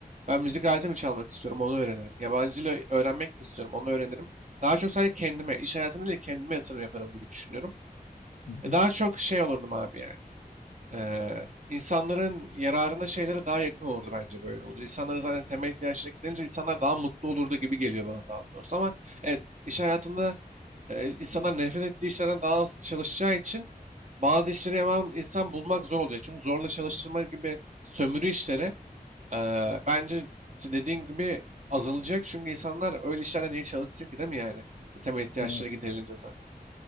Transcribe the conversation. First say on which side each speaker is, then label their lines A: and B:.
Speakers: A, on the right; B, on the left.
A: Ben müzik aleti mi çalmak istiyorum, onu öğrenirim. Yabancı dil öğrenmek mi istiyorum, onu öğrenirim. Daha çok sadece kendime, iş hayatında değil kendime yatırım yaparım gibi düşünüyorum.
B: Hı
A: E
B: hı.
A: daha çok şey olurdum abi yani eee, insanların yararına şeylere daha yakın olurdu bence böyle olunca. İnsanların zaten temel ihtiyaçları gidince insanlar daha mutlu olurdu gibi geliyor bana daha doğrusu. Ama evet iş hayatında eee, insanlar nefret ettiği işlerden daha az çalışacağı için bazı işleri yapan insan bulmak zor olacak. Çünkü zorla çalıştırma gibi sömürü işleri eee, bence dediğin gibi azalacak. Çünkü insanlar öyle işlerden niye çalışsın ki değil mi yani? E, Temel ihtiyaçları
B: Evet.
A: giderilince zaten.